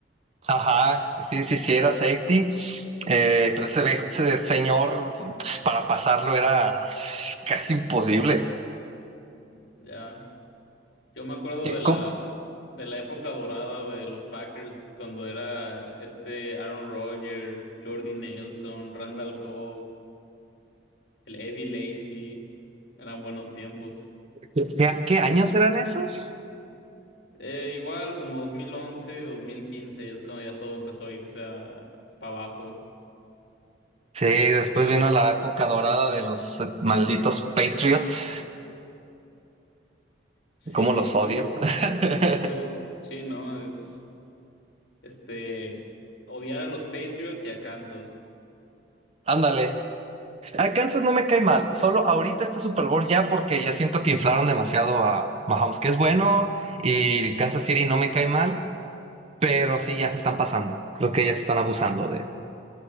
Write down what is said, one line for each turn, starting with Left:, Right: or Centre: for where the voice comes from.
Right: Ajá, sí, sí, sí, era safety, eh, pero ese, viejo- ese señor pues, para pasarlo era pues, casi imposible.
Left: Ya. Yo me acuerdo
Right: Eh,
Left: de la,
Right: ¿Cómo?
Left: de la época dorada de los Packers cuando era este Aaron Rodgers, Jordy Nelson, Randall Cobb. el Eddie Lacy, eran buenos tiempos.
Right: ¿Qué, qué- qué años eran esos?
Left: Eh, igual como dos dos mil once dos mil quince es cuando ya todo empezó a irse para abajo.
Right: Sí, después
Left: O sea,
Right: vino la época dorada de los eh, malditos Patriots.
Left: sí,
Right: ¿Cómo los odio?
Left: tú,
Right: <laughs>
Left: tú, sí, ¿no? Es, este, odiar a los Patriots y a Kansas.
Right: Ándale. A Kansas no me cae mal, solo ahorita este Super Bowl ya porque ya siento que inflaron demasiado a Mahomes, que es bueno, y Kansas City no me cae mal, pero sí ya se están pasando. Creo que ya se están abusando de.